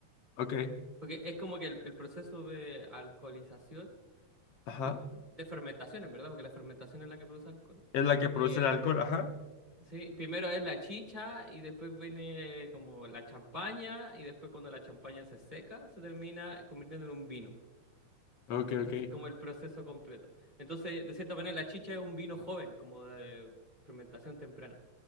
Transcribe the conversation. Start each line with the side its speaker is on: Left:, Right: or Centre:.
Left: Ok,
Right: Porque es como que el el proceso de alcoholización
Left: ajá.
Right: Sí, de fermentación, en verdad, porque la fermentación es la que produce alcohol.
Left: Es la que produce
Right: Eh,
Left: el alcohol, ajá.
Right: sí, primero es la chicha y después viene como la champaña y después cuando la champaña se seca se termina convirtiendo en un vino.
Left: Ok,
Right: Ese
Left: ok.
Right: es como el proceso completo. Entonces, de cierta manera, la chicha es un vino joven, como de fermentación temprana.